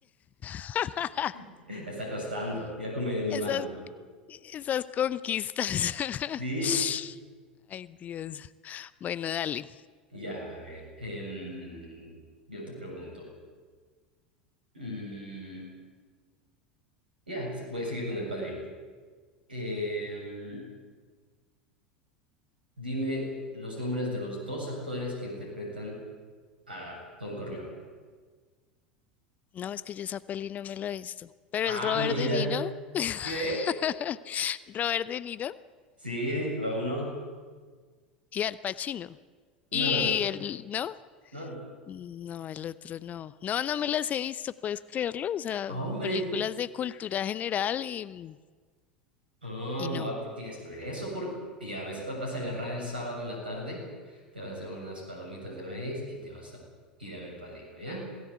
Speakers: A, on the left; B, on the right.
A: <laughs>
B: <laughs> Está costando. Ya come de mi
A: Esas,
B: mano. pues.
A: esas conquistas. <laughs>
B: Sí.
A: Ay, Dios. Bueno, dale.
B: Ya, a ver. em, yo te pregunto. Mm, ya, sí, voy a seguir con El Padrino. Em, dime los nombres de los dos actores que interpretan a Don Corleone.
A: No, es que yo esa peli no me la he visto. Pero
B: Ah,
A: es Robert
B: mira.
A: De Niro. <laughs>
B: ¿Qué?
A: Robert De Niro
B: Sí, va uno.
A: y Al Pacino.
B: No,
A: Y el, ¿no?
B: no.
A: No, el otro no. No, no me las he visto, ¿puedes creerlo? O sea,
B: Hombre.
A: películas de cultura general y,
B: Oh,
A: y no.
B: no, ti- tienes que ver eso porque ya ves, va- vas a agarrar el sábado en la tarde, te vas a hacer unas palomitas de maíz y te vas a ir a ver El Padrino, ¿ya?